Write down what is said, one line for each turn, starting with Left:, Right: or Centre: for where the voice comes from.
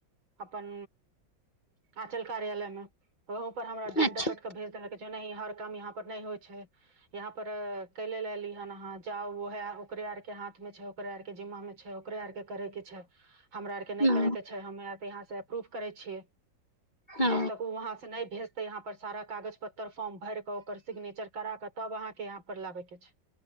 Right: अपन अंचल कार्यालय मे उहं पर हमरा डंट
Left: अच्छा
Right: डपैट के भेज देलक जे नहि हर काम इहाँ पर न होइ छै इहाँ पर कैले ला एली हन अहाँ जाउ उहे ओकरे आर के हाथ में छै ओकरे आर के जिम्मा मे छै ओकरे आर के करै के छै हमरा आर के नहि
Left: ओ
Right: करै के छै हमे आर त इहाँ स से एप्रूव करै छियै
Left: ओ
Right: जब तक उ वहाँ से नहि भेज- तऽ इहाँ पर सारा कागज पत्तर फॉर्म भरि के ओकर सिग्नेचर करा क तब अहाँ के इहाँ पर लाबै के छै